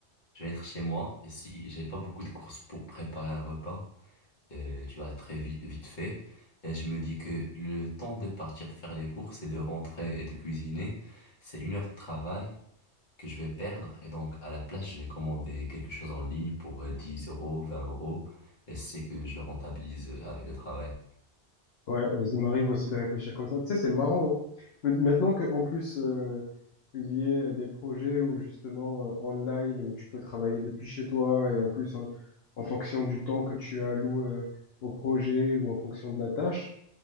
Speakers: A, on the left; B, on the left.
A: Je vais être chez moi et si j'ai pas beaucoup de courses pour préparer un repas, euh, tu vas très vite, vite fait. Et je me dis que le temps de partir faire les courses et de rentrer et de cuisiner, c'est une heure de travail que je vais perdre. Et donc, à la place, je vais commander quelque chose en ligne pour euh, 10 euros, 20 euros. Et c'est que je le rentabilise avec le travail.
B: Ouais, euh, il m'arrive aussi de réfléchir comme ça. Tu sais, c'est marrant, hein. Mais- Maintenant qu'en plus, euh, il y ait euh, des projets où justement, euh, online, où tu peux travailler depuis chez toi, et en plus, en, en fonction du temps que tu alloues, euh, au projet ou en fonction de la tâche,